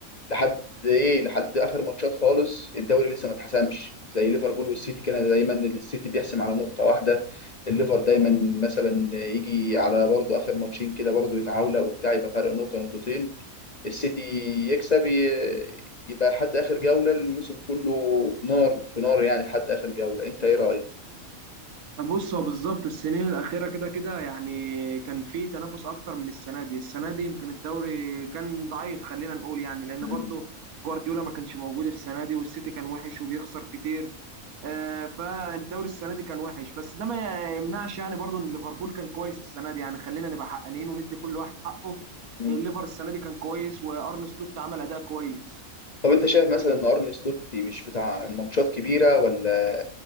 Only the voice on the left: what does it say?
لحد ايه لحد اخر ماتشات خالص الدوري لسه ما اتحسمش زي ليفربول والسيتي كده دايما السيتي بيحسم على نقطة واحدة الليفر دايما مثلا يجي على برضه اخر ماتشين كده برضه يتعاوله وبتاع يبقى فرق نقطة نقطتين السيتي يكسب ي- يبقى لحد اخر جولة الموسم كله نار في نار يعني لحد اخر جولة انت ايه رأيك؟
مم.
مم.
طب انت شايف مثلا ان ارني سلوت مش بتاع ماتشات كبيره ولا